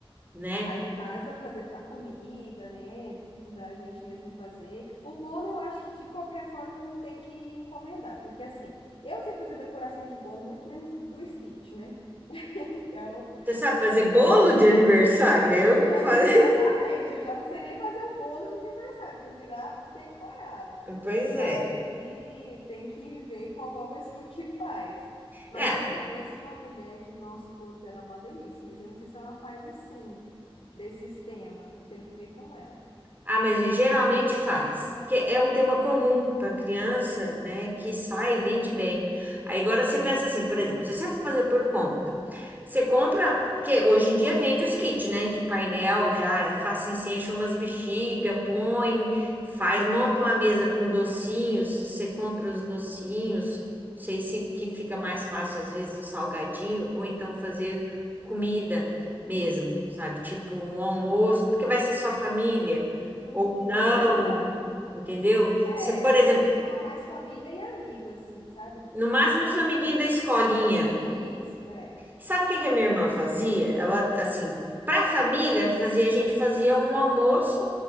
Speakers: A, on the right; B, on the left.
A: né?
B: Aí, no caso, eu fazer a comida, né, da gente mesmo fazer. O bolo, eu acho que de qualquer forma eu vou ter que encomendar, porque assim, eu não sei fazer decoração de bolo, muito menos do Stitch, né? <laughs> Então,
A: Você sabe
B: tem
A: fazer
B: que
A: bolo
B: deixar.
A: de aniversário? Eu
B: Não, exatamente,
A: faço.
B: eu já não sei nem fazer um bolo de aniversário, quem dirá decorado.
A: <laughs> Pois
B: Aí
A: é.
B: tem que ver com alguma <laughs> pessoa que faz. Mas
A: É.
B: eu conheço uma mulher que, nossa, o bolo dela é uma delícia, mas eu não sei se ela faz assim, desse sistema. Eu Tenho que ver com ela.
A: Ah, mas geralmente faz. Porque é
B: Aham.
A: um tema comum para criança, né? Que sai e vende bem. Aí agora você pensa assim, por exemplo, se você for fazer por conta, você compra. Porque hoje em dia vende os kits, né? De painel já. É fácil, você enche umas bexiga, põe, faz, monta uma mesa com docinhos. Você compra os docinhos. Não sei se que fica mais fácil, às vezes, um salgadinho, ou então fazer comida mesmo, sabe? Tipo um almoço, porque vai ser só família
B: Sim,
A: ou não,
B: verdade.
A: entendeu?
B: É,
A: Se, por
B: eu
A: exemplo,
B: penso em chamar mais família e amigo, assim, sabe?
A: no máximo os amiguinhos da escolinha.
B: Sim, isso, é.
A: Sabe o que que a minha irmã fazia? Ela, assim, para a família, fazia, a gente fazia um almoço